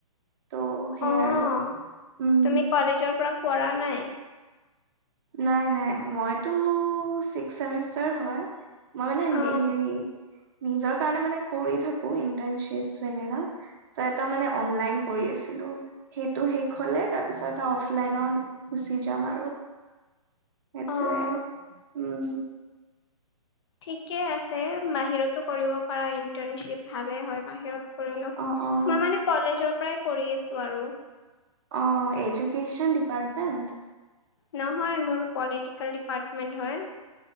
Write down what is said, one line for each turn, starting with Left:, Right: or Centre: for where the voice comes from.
Right: ত' সেয়াই
Left: অ',
Right: আৰু উম,
Left: তুমি কলেজৰ পৰা কৰা নাই?
Right: নাই-নাই মইতো ছিক্স চেমিষ্টাৰ হয়। মই মানে
Left: অ
Right: হেৰি নিজৰ কাৰণে মানে কৰি থাকো ইণ্টাৰ্ণশ্বিপ বেগেৰা। তাৰমানে মানে অনলাইন কৰি আছিলোঁ। সেইটো শেষ হলে তাৰপিছত এটা অফলাইনত গুচি যাম আৰু। সেইটোৱে।
Left: অ
Right: উম।
Left: ঠিকে আছে বাহিৰতো কৰিব পৰা ইণ্টাৰ্ণশ্বিপ ভালেই হয় বাহিৰত। কৰি লম।
Right: অ', অ',
Left: মই মানে কলেজৰ পৰাই কৰিঢ আছোঁ আৰু।
Right: অ', এজুকেশ্যন ডিপাৰ্টমেণ্ট?
Left: নহয় মোৰ পলিটিকেল ডিপাৰ্টমেন্ট হয়।